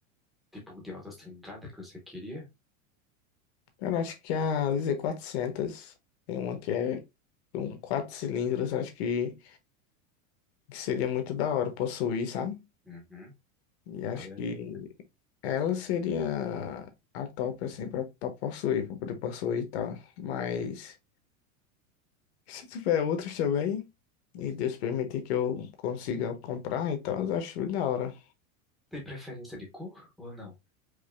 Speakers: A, in the centre; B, on the left.
A: tipo de alta cilindrada que você queria?
B: Cara, acho que a Z400 tem uma que é com quatro cilindros, acho que, que seria muito da hora possuir, sabe?
A: Uhum.
B: E acho
A: Ela
B: que
A: é-
B: Ela seria a top, assim, pra, pra possuir, pra poder possuir e tal. Mas se tiver outros também, e Deus permitir que eu consiga comprar, então eu acho da hora.
A: Tem preferência de cor ou não?